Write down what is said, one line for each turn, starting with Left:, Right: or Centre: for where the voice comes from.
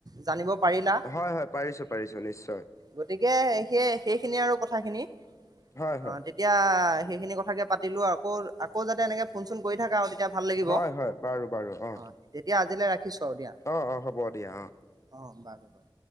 Right: জানিব- পাৰিলা।
Left: হয় হয় পাৰিছো পাৰিছো নিশ্চয়
Right: গতিকে সেইখিনিয়ে আৰু কথাখিনি।
Left: হয় হয়
Right: অঁ', তেতিয়া সেইখিনি কথাকে পাতিলো আকৌ-আকৌ যাতে এনেকে ফোন-চোন কৰি থাকা আৰু- এতিয়া ভাল লাগিব।
Left: হয় হয় বাৰু বাৰু অ
Right: অঁ',। এতিয়া আজিলৈ ৰাখিছোঁ আৰু দিয়া। অঁ',
Left: অ অ হ'ব দিয়া অ
Right: -হ'ব বাৰু।